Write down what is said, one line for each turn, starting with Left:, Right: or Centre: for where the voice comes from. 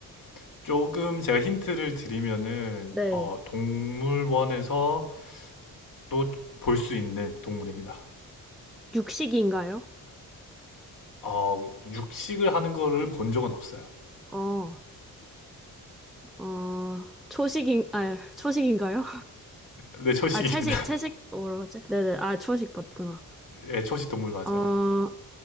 Left: <laughs> 조금 제가 힌트를 드리면은
Centre: 네.
Left: 어, 동물원에서 또 볼 수 있는 동물입니다.
Centre: 육식인가요?
Left: 어, 육식을 하는 거를 본 적은 없어요.
Centre: 어. 어, 초식인, 아, 초식인가요? <laughs>
Left: 네, 초식입니다.
Centre: 아, 채식, 채식, 뭐라고 하지? 네네, 아, 초식 맞구나.
Left: <laughs> 네, 초식 동물 맞아요.
Centre: 어,